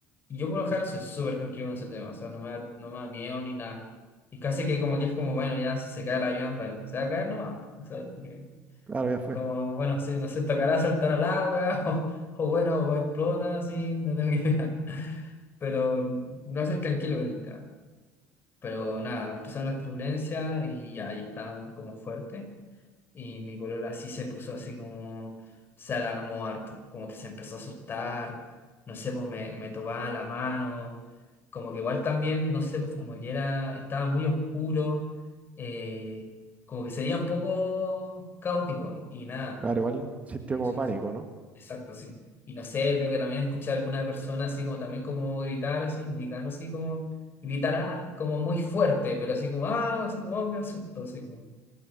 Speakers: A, on the left; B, on the right.
A: Y yo por lo general soy súper tranquilo con ese tema, o sea, no me da, no me da miedo ni nada. Y casi que como que es como, bueno, ya si se cae el avión, bueno, se va a caer nomás. O sea, como, que-
B: Claro, ya fue.
A: como, bueno, si no se tocará saltar al agua <laughs> o, o bueno, o explota, así, no tengo idea. Pero mm, no soy tranquilo con el tema. Pero nada, empezaron las turbulencias y ya ahí estaban como fuertes. Y mi polola sí se puso así como, se alarmó harto, como que se empezó a asustar, no sé, pues me, me tomaba la mano, como que igual también, no sé, pues como que era, estaba muy oscuro, eh, como que sería un poco caótico, ¿ah? y nada.
B: Claro, igual sintió como
A: Sí,
B: pánico, ¿no?
A: Exacto, sí. Y no sé, creo que también escuché a alguna persona así como también como gritar así, indicando así como, gritar ah, como muy fuerte, pero así como, ah, así como, oh, qué susto, así como.